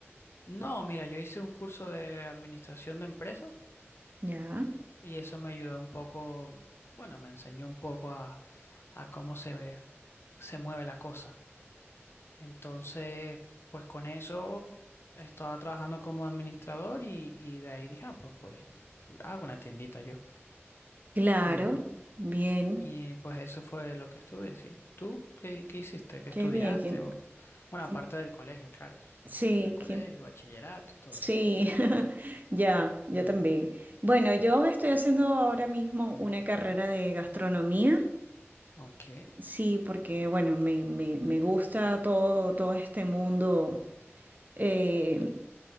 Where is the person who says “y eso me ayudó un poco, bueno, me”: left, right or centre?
Left